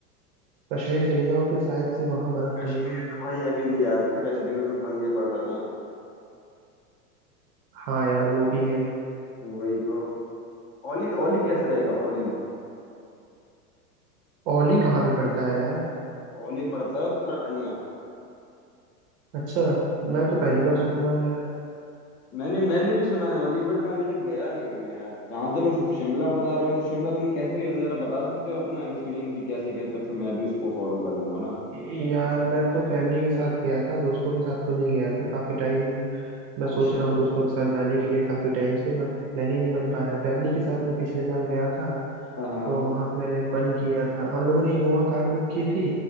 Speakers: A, on the right (about 35°); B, on the left (about 40°).
A: कश्मीर चले जाओ फिर शायद से वहां बर्फ
B: कश्मीर
A: मिलेगी
B: तो भाई अभी नहीं जा सकता कश्मीर में तो पंगे पड़ रहे हैं
A: हाँ यार वो भी है
B: वही तो ओली ओली कैसे रहेगा ओली
A: ओली कहाँ पे पड़ता है यार
B: ओली पड़ता है उत्तराखंड में
A: अच्छा मैं तो पहली
B: हाँ
A: बार सुन रहा हूँ यार
B: मैंने मैंने भी सुना है ओली बट मैं अभी तक गया नहीं हूँ यार जहाँ चलो शि- शिमला बता रहे हो तो शिमला तुम कैसे गए थे जरा बता सकते हो अपना एक्सपीरियंस कि कैसे गए थे फिर मैं भी उसको फॉलो कर लूंगा ना
A: यार मैं तो फैमिली के साथ गया था दोस्तों के साथ तो नहीं गया था काफी टाइम मैं सोच
B: अच्छा
A: रहा हूँ दोस्तों के साथ जाने के लिए काफी टाइम से बट प्लान ही नहीं बन पा रहा है फैमिली के साथ मैं पिछले साल गया था
B: हाँ
A: तो वहां पे मैंने फन किया था हम लोगों ने इनोवा कार बुक की थी